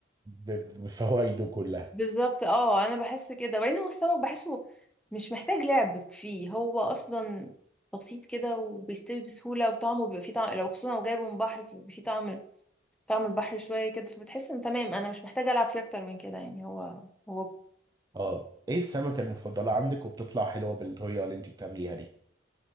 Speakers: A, on the right (about 20°); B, in the centre.
A: ب- بفوائده كلها
B: بالظبط اه انا بحس كده وبعدين هو السمك بحسه مش محتاج لعب فيه هو اصلا بسيط كده وبيستوي بسهوله وطعمه بيبقى فيه طعم لو خصوصا لو جايبه من بحر فبيبقى فيه طعم طعم البحر شويه كده فبتحس ان تمام انا مش محتاجه العب فيه اكتر من كده يعني هو هو
A: اه ايه السمكة المفضلة عندك وبتطلع حلوة بالطريقة اللي انت بتعمليها دي